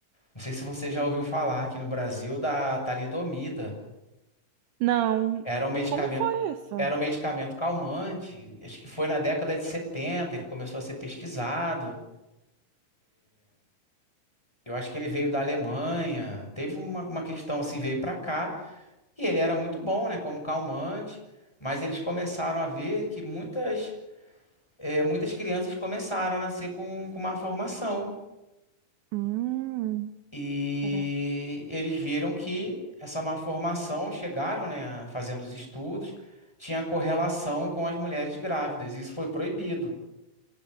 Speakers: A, in the centre; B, on the right.
A: não sei se você já ouviu falar aqui no Brasil da talidomida.
B: Não.
A: Era um medicamento,
B: Como foi isso?
A: era um medicamento calmante. Acho que foi na década de 70 ele começou a ser pesquisado. Eu acho que ele veio da Alemanha. Teve uma, uma questão assim, veio para cá e ele era muito bom, né, como calmante, mas eles começaram a ver que muitas eh, muitas crianças começaram a nascer com, com uma formação.
B: Hum,
A: E
B: cara-
A: eles viram que essa má formação, chegaram, né, a- fazendo os estudos, tinha correlação com as mulheres grávidas. Isso foi proibido.